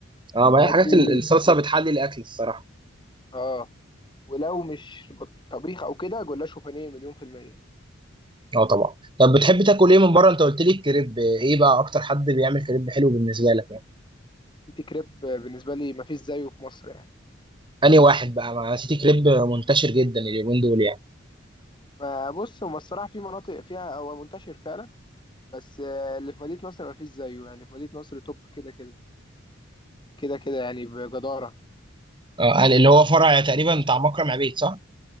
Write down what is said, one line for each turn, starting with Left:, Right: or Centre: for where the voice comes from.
Right: اه
Left: الحاجات
Right: ما هي حاجات
Left: دي
Right: ال- الصلصه بتحلي الاكل الصراحه
Left: اه ولو مش طبيخ او كده جلاش وبانيه مليون في المية
Right: اه طبعا طب بتحب تاكل ايه من بره انت قلت لي الكريب ايه بقى اكتر حد بيعمل كريب حلو بالنسبه لك يعني
Left: تيتي كريب بالنسبة لي مفيش زيه في مصر يعني
Right: انهي واحد بقى ما نسيت كريب منتشر جدا اليومين دول يعني
Left: ما بص هو الصراحة في مناطق فيها هو منتشر فعلا بس آه، اللي في مدينة نصر مفيش زيه يعني في مدينة نصر توب كده كده كده كده يعني بجدارة
Right: اه يعني اللي هو فرع تقريبا بتاع مكرم عبيد صح